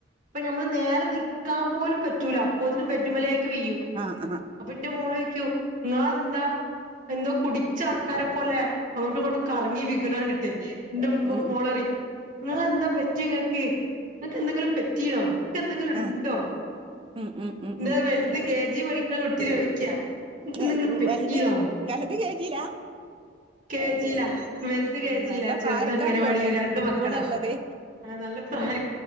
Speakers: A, on the right; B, on the right.
A: അപ്പൊ നമ്മള് നേരെ നിക്കാൻ പോലും പറ്റൂല അപ്പോത്തിനും ബെഡുമ്മലേക്ക് വീയും
B: ആഹ് ആഹ്
A: അപ്പൊന്റെ മോളോയ്ക്കു ഇങ്ങളെന്താ എന്തോ കുടി ച്ചാൾക്കാരെപോലെ, അങ്ങട്ട്ങ്ങട്ടും കറങ്ങി വിക്ണണ്ട്ട്ടേ ന്റമ്മു
B: ഉം ഉം
A: പറി, നിങ്ങളെന്താ പറ്റിയെങ്ങക്ക്, ഇങ്ങക്കെന്തെങ്കിലും പറ്റീണോ? എന്തെങ്കിലുണ്ടോ?
B: ആ ഉം ഉം ഉം
A: ഇന്റെ
B: ഉം
A: വൽത് കേജീ പഠിക്ക്ണ കുട്ടി ചോദിക്ക്യാ ൻക്കെന്തെങ്കിലും
B: ഏ,
A: പറ്റീനോ?
B: വലുത് വലുത് കേട്ടില്ല
A: കേജീലാ. വെൽത് കേജീലാ,
B: ഉം നല്ല
A: ചെറുതംഗനവാടില്
B: പ്രായക്കാരിയാണ്
A: രണ്ട് മക്കളാ.
B: കൂടെ ഉള്ളത്
A: ആഹ് നല്ല പ്രായ